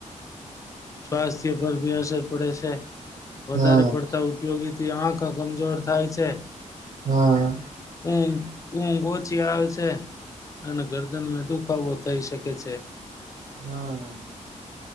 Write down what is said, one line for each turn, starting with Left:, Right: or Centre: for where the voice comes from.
Left: સ્વાસ્થ્ય પર બી અસર પડે છે. વધારે
Right: હા
Left: પડતા ઉપયોગી તે આખા કમજોર થાય છે.
Right: હા
Left: ઊંઘ ઊંઘ ઓછી આવે છે અને ગરદન મે દુખાવો થઈ શકે છે.
Right: હા